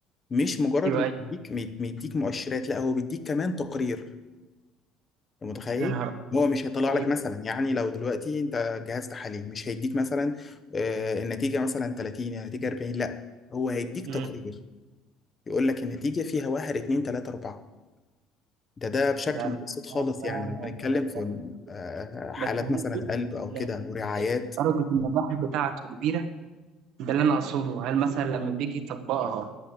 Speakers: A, on the left; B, on the right.
A: مش مجرد
B: ايوه
A: انه
B: أيوة.
A: بيديك بيديك مؤشرات لا هو بيديك كمان تقرير أنت متخيل
B: يا نهار أبيض.
A: هو مش هيطلع
B: ده
A: لك
B: ايه
A: مثلا
B: ده؟
A: يعني لو دلوقتي انت جهاز تحاليل مش هيديك مثلا آه، النتيجه مثلا 30 النتيجه 40 لا هو هيديك تقرير
B: مم.
A: يقول لك النتيجه فيها 1 2 3 4 ده ده بشكل
B: ده
A: مبسط خالص
B: الموضوع
A: يعني لما نتكلم في
B: ده
A: آه، حالات
B: بس هل
A: مثلا قلب او
B: ال-
A: كده او رعايات
B: درجة النجاح بتاعته كبيرة؟ ده اللي أنا أقصده، هل مثلا لما بيجي يطبقها